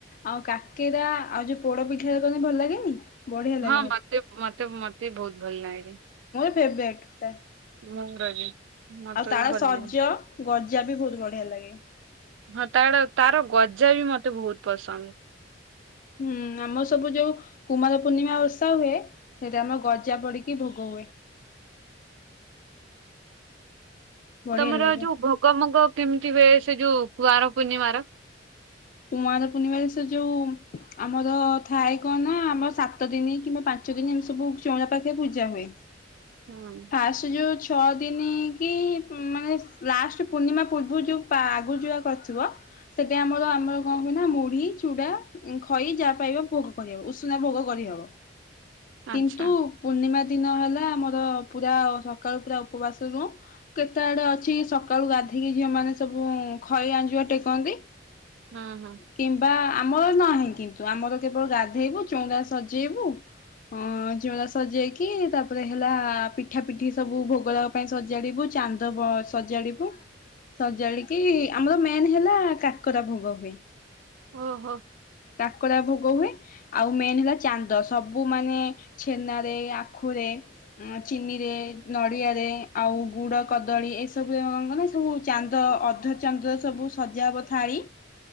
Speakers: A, on the left; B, on the right.
A: ଆଉ କାକେରା ଆଉ ଯୋଉ ପୋଡ ପିଠା କଲେ ଭଲ ଲାଗେନି। ବଢିଆ ଲାଗେ
B: ହଁ ମତେ ମତେ ମତେ ବହୁତ ଭଲ ଲାଗେ।
A: <unintelligible>
B: <unintelligible>
A: ଆଉ ତାଳ
B: ବି ଭଲ
A: ଶଜ
B: ଲାଗେ
A: ଗଜା ବି ବହୁତ ବଢିଆ ଲାଗେ।
B: ହଁ ତା ତାର ଗଜା ବି ମତେ ବହୁତ ପସନ୍ଦ।
A: ହୁଁ ଆମ ସବୁ ଯୋଉ କୁମାର ପୂର୍ଣ୍ଣିମା ଓଷା ହୁଏ ସେଇଟା ଆମ ଗଜା ପଡିକି ଭୋଗ ହୁଏ। ବଢିଆ
B: ତମର
A: ଲାଗେ
B: ଯୋଉ ଭୋଗ ମଗ କେମିତି ହୁଏ? ସେ ଯୋଉ କୁଆର ପୂର୍ଣିିମାର।
A: କୁମାର ପୂର୍ଣ୍ଣିମାରେ ସେ ଯୋଉ ଆମର ଥାଏ କଣ ନା ଆମର ସାତ ଦିନ କିମ୍ବା ପାଞ୍ଚ ଦିନ ଏମିତି ସବୁ ଚଉରା ପାଖେ ପୂଜା ହୁଏ।
B: ହୁଁ
A: ଫାଷ୍ଟ ଯୋଉ ଛଅ ଦି କି ମାନେ ଲାଷ୍ଟ ପୂର୍ଣ୍ଣିମା ପୂର୍ବରୁ ଯୋଉ ଆଗରୁ ଯୋଉରା କରିଥିବ ସେଟି ଆମର ଆମର କଣ ପାଇଁ ନା ମୁଢ଼ି, ଚୁଡା, ଖଇ ଯାହା ପାଇବା ଭୋଗ କରିହବ। ଉଷୁନା ଭୋଗ କରିହବ।
B: ଆଚ୍ଛା
A: କିନ୍ତୁ ପୂର୍ଣ୍ଣିମା ଦିନ ହେଲା ଆମର ପୁରା ସକାଳୁ ପୁରା ଉପବାସ ରହୁ। କେତେ ଆଡେ ଅଛି ସକାଳୁ ଗାଧେଇକି ଝିଅ ମାନେ ସବୁ ଖଇ ଆଞ୍ଜୁଆ ଟେକନ୍ତି।
B: ହୁଁ ହୁଁ
A: କିମ୍ବା ଆମର ନାହିଁ କିନ୍ତୁ। ତୁ ଆମର କେବଳ ଗାଧେଇବୁ ଚଉରା ସଜେଇବୁ ଅଁ ଚଉରା ସଜେଇକି ତାପରେ ହେଲା ପିଠା ପିଠି ସବୁ ଭୋଗ ରାଗ ପାଇଁ ସଜାଡିବୁ ଚାନ୍ଦ ସଜାଡିବୁ। ସଜାଡି କି ଆମର ମେନ୍ ହେଲା କାକରା ଭୋଗ ହୁଏ।
B: ଓହୋ
A: କାକରା ଭୋ ଗ ହୁଏ। ଆଉ ମେନ୍ ହେଲା ଚାନ୍ଦ ସବୁ ମାନେ ଛେନାରେ ଆଖୁରେ ଚିନିରେ, ନଡ଼ିଆରେ ଆଉ ଗୁଡ଼, କଦଳୀ ଏସବୁ ନା ସବୁ ଚାନ୍ଦ ଅଧା ଚାନ୍ଦ ସବୁ ସଜା ହବ ଥାଳି।